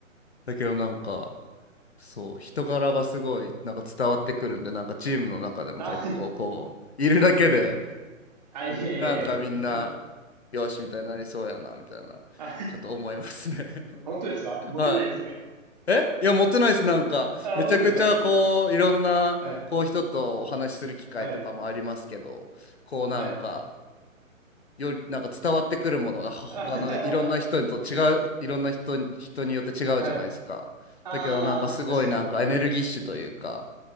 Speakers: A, on the left (about 50°); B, on the right (about 30°).
A: だけどなんかそう人柄がすごいなんか伝わってくるんでなんかチームの中でも結構こういるだけで
B: あ、<laughs> あ、いえいえいえ。
A: なんかみんなよしみたいになりそうやなみたいなちょっと思いますね。
B: あ <laughs> 本当ですか持ってないですか今。
A: <laughs> は
B: <laughs>
A: い。えいや、持ってないです。なんか、
B: あ、
A: めちゃくちゃ、
B: 本当ですか
A: こう、いろんな、
B: はい、
A: こう、人とお話しする機会とかもありますけど、
B: はい、
A: こう、
B: はい。
A: なんか、より、なんか伝わってくるものが、他のいろんな人と違う、
B: あ <laughs>
A: いろんな人に、人によって違うじゃないですか。
B: はい。ああ、
A: だけど、なんか、すごい、
B: 確かに。
A: なんか、エネルギッシュというか、